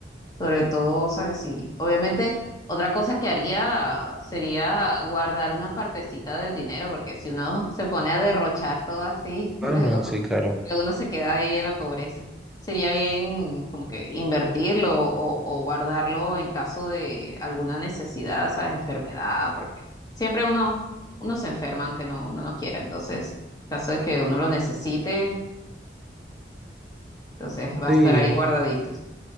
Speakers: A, on the left; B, in the centre.
A: Sobre todo, ¿sabes? Sí. Obviamente, otra cosa que haría sería guardar una partecita del dinero, porque si uno se pone a derrochar todo así, <laughs> luego,
B: Ah, no, sí, claro.
A: luego uno se queda ahí en la pobreza. Sería bien como que invertirlo o, o guardarlo en caso de alguna necesidad, ¿sabes? Enfermedad, porque siempre uno, uno se enferma aunque no, uno no quiera. Entonces, en caso de que uno lo necesite, entonces va
B: Sí,
A: a estar ahí guardadito.